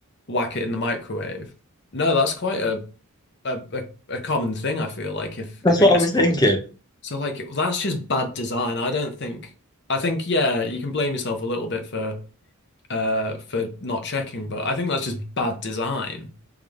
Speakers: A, on the left (about 50°); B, on the left (about 15°).
A: whack it in the microwave? No, that's quite a a a, a common thing, I feel like if
B: That's
A: if it
B: what
A: gets
B: I was
A: cold.
B: thinking.
A: So like that's just bad design. I don't think I think yeah, you can blame yourself a little bit for uh for not checking, but I think that's just bad design.